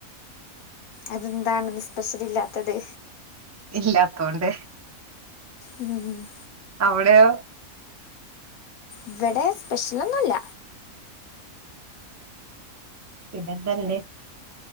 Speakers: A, on the left; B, on the right.
A: അതെന്താണ് സ്പെഷ്യൽ ഇല്ലാത്തത്
B: ഇല്ലാത്തോണ്ട്
A: ഉം
B: അവിടെയോ?
A: ഇവിടെ സ്പെഷ്യൽ ഒന്നുല്ല
B: പിന്നെന്തല്ലേ